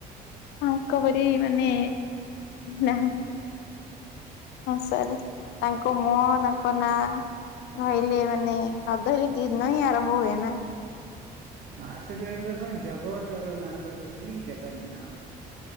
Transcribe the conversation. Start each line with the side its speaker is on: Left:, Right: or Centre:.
Left: ତାଙ୍କପରି ମାନେ ନାହାନ୍ତି। ସଂସାରେ ତାଙ୍କ ମୁହଁ ତାଙ୍କ ନା ଧହିଲେ ମାନେ ନ ଧଇଲେ ଦିନ ହିଁ ଆରମ୍ଭ ହୁଏ ନା।
Right: ହଁ <unintelligible> ଜଗ ତର ନାଥ ତୁ ହି ଜଗନ୍ନାଥ।